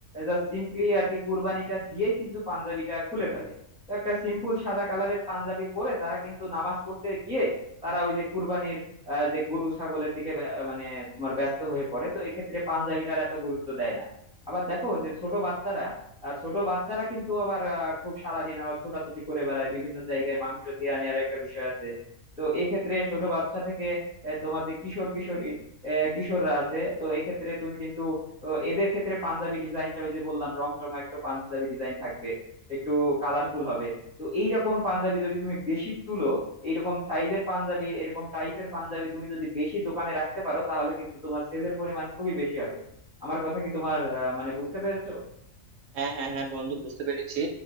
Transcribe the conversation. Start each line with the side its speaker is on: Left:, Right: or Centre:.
Centre: জাস্ট সিম্পলি আর কি কুরবানিটা দিয়েই কিন্তু পাঞ্জাবিটা খুলে ফেলে তো একটা সিম্পল সাদা কালারের পাঞ্জাবি পরে তারা কিন্তু নামাজ পড়তে গিয়ে তারা ওই যে কুরবানির আহ, যে গরু ছাগলের দিকে ব্যা- মানে তোমার ব্যস্ত হয়ে পড়ে তো এক্ষেত্রে পাঞ্জাবিটার এত গুরুত্ব দেয় না আবার দেখো যে ছোট বাচ্চারা আহ, ছোট বাচ্চারা কিন্তু আবার আহ, খুব সারাদিন আবার ছোটাছুটি করে বেড়ায় বিভিন্ন জায়গায় মাংস দিয়ে নেওয়ার একটা বিষয় আছে তো এক্ষেত্রে ছোট বাচ্চা থেকে আহ, তোমার যে কিশোর কিশোরী আহ, কিশোররা আছে তো এক্ষেত্রে তুমি কিন্তু ও, এদের ক্ষেত্রে পাঞ্জাবি ডিজাইনটা ওই যে বললাম রং চঙা একটু পাঞ্জাবি ডিজাইন থাকবে একটু কালারফুল হবে তো এইরকম পাঞ্জাবি যদি তুমি বেশি তুলো এইরকম সাইজের পাঞ্জাবি এরকম টাইপের পাঞ্জাবি তুমি যদি বেশি দোকানে রাখতে পারো তাহলে কিন্তু তোমার সেলের পরিমাণ খুবই বেশি হবে আমার কথা কি তোমার আহ, মানে বুঝতে পেরেছো
Right: হ্যাঁ হ্যাঁ হ্যাঁ বন্ধু বুঝতে পেরেছি